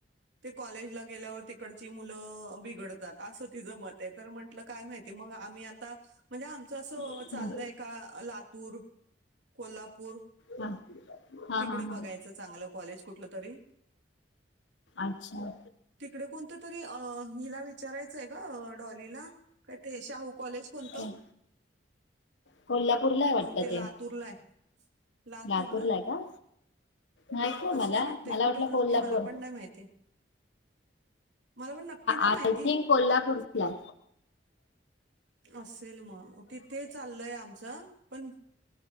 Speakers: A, on the right (about 80°); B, on the left (about 85°).
A: ते कॉलेजला गेल्यावर ते तिकडची मुलं बिघडतात असं तिचं मत आहे, तर म्हंटलं काय माहितीय मग आम्ही आता म्हणजे, आमचं असं
B: हा
A: चाललंय का लातूर, कोल्हाप पूर
B: हा हा
A: तिकडं
B: हा
A: बघायचं
B: हा
A: चांगल कॉलेज कोणतेतरी,
B: अच्छा
A: तिकडे कोणतेतरी अ हिला विचारायचं गं! डॉलीला, काय ते शाहू कॉलेज कोणत?
B: ते कोल्हापूरला आहे वाटतं
A: तेे
B: ते
A: लातूरला आहे. लातूर
B: लातूरला
A: ना
B: का? माहित नाही
A: असंच
B: मला
A: वाटतंय
B: मला
A: कुठे
B: वाटलं
A: नक्की
B: कोल्हापूर
A: मला पण नाही माहिती. मला पण नक्की नाही
B: आय
A: माहिती
B: थिंक कोल्हापूर. या,
A: असेल मग तिथे चाललंय आमचं पण